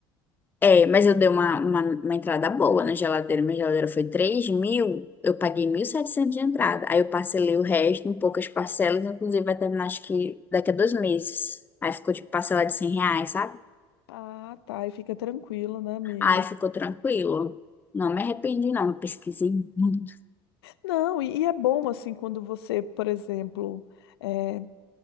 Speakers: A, on the left; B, on the left.
A: É, mas eu dei uma, uma, uma entrada boa na geladeira. Minha geladeira foi três mil, eu paguei 1.700 de entrada. Aí eu parcelei o resto em poucas parcelas, inclusive vai terminar acho que daqui a dois meses. Aí ficou tipo parcela de 100 reais, sabe?
B: Ah, tá, e fica tranquilo, né, amiga?
A: Aí ficou tranquilo. Não me arrependi, não. Eu pesquisei muito.
B: Não, e, e é bom, assim, quando você, por exemplo, eh,